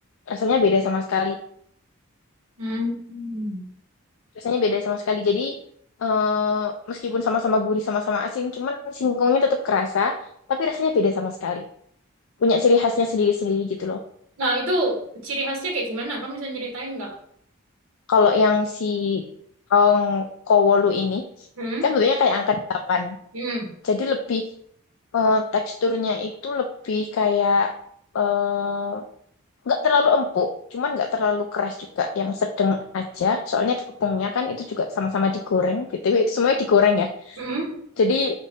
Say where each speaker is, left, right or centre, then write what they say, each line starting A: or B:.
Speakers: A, on the left; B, on the right.
A: rasanya beda sama sekali.
B: Hmm.
A: rasanya beda sama sekali. Jadi eh, meskipun sama-sama gurih, sama-sama asin, cuman singkongnya tetap kerasa, tapi rasanya beda sama sekali. Punya ciri khasnya sendiri-sendiri gitu loh.
B: Nah, itu ciri khasnya kayak gimana? Kamu bisa nyeritain nggak?
A: Kalau yang si tong kowolu ini,
B: Hmm?
A: kan bentuknya kayak angka 8.
B: Hmm?
A: Jadi lebih eh, teksturnya itu lebih kayak eh, nggak terlalu empuk, cuman nggak terlalu keras juga, yang sedang aja. Soalnya tepungnya kan itu juga sama-sama digoreng. BTW itu semuanya digoreng ya.
B: Hmm?
A: Jadi